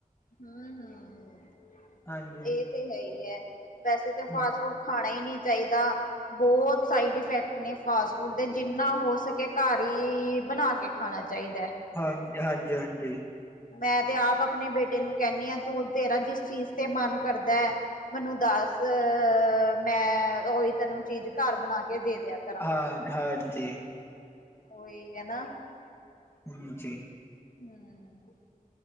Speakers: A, on the left (about 70°); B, on the left (about 15°).
A: ਹੂ ਹੂ ਇਹ
B: ਹਾਂਜੀ।
A: ਏਹ ਤੇ ਹੈ ਹੀ ਐ, ਵੈਸੇ ਤੇ ਫਾਸਟ
B: ਹਾਂਜੀ
A: ਫੂਡ ਖਾਣਾ ਹੀ ਨਹੀਂ ਚਾਹੀਦਾ। ਬਹੁਤ ਸਾਈਡ ਇਫੈਕਟ ਨੇ ਫਾਸਟ ਫੂਡ ਦੇ, ਜਿੰਨਾ ਹੋ ਸਕੇ ਘਰ ਹੀ, ਬਣਾ ਕੇ ਖਾਣਾ ਚਾਹੀਦਾ ਐ।
B: ਹਾਂਜੀ- ਹਾਂਜੀ- ਹਾਂਜੀ।
A: ਮੈਂ ਤੇ ਆਪ ਆਪਣੇ ਬੇਟੇ ਨੂੰ ਕਹਿੰਦੀ ਹਾਂ ਤੂੰ ਤੇਰਾ ਜਿਸ ਚੀਜ਼ ਤੇ ਮਨ ਕਰਦਾ ਐ ਮੈਨੂੰ ਦੱਸ, ਮੈਂ ਉਹੀ ਤੈਨੂੰ ਚੀਜ਼ ਘਰ ਬਣਾ ਕੇ ਦੇ ਦਿਆਂ।
B: ਹਾਂ, ਹਾਂਜੀ।
A: ਓਹੀ ਹਨਾ।
B: ਹੂ ਜੀ।
A: ਹੂ,